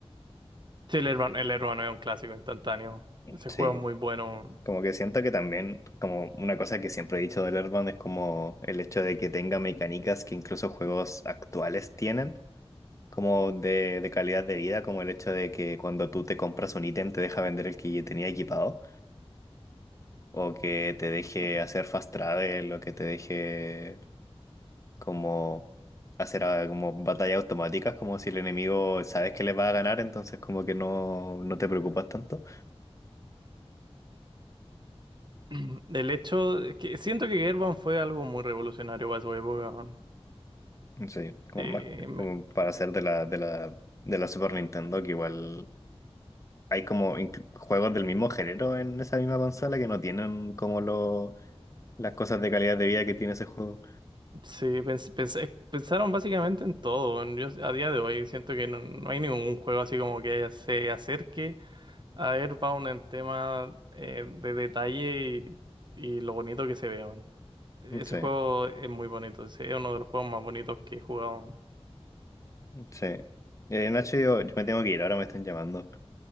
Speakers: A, on the right; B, on the left.
A: Sí, el Hermano, el Hermano es un clásico instantáneo. Ese
B: Sí,
A: juego es muy bueno.
B: como que siento que también, como una cosa que siempre he dicho del Airbound es como el hecho de que tenga mecánicas que incluso juegos actuales tienen como de, de calidad de vida, como el hecho de que cuando tú te compras un ítem te deja vender el que tenía equipado, o que te deje hacer fast travel, o que te deje como hacer ah, como batallas automáticas, como si el enemigo sabes que le va a ganar, entonces como que no, no te preocupas tanto.
A: <clears throat> El hecho es que siento que Gerban fue algo muy revolucionario para su época. weón.
B: Sí, como
A: Eh,
B: más que-
A: me-
B: como para hacer de la, de la, de la Super Nintendo, que igual hay como inclu- juegos del mismo género en esa misma consola que no tienen como lo las cosas de calidad de vida que tiene ese juego.
A: sí, pens- pensé- pensaron básicamente en todo. weón. Yo a día de hoy siento que no, no hay ningún juego así como que haya- se acerque A ver, Pau, en tema eh, de detalle y, y lo bonito que se ve, man. Ese
B: Sí,
A: juego es muy bonito, es uno de los juegos más bonitos que he jugado.
B: sí. Eh, Nacho, yo, yo me tengo que ir, ahora me están llamando.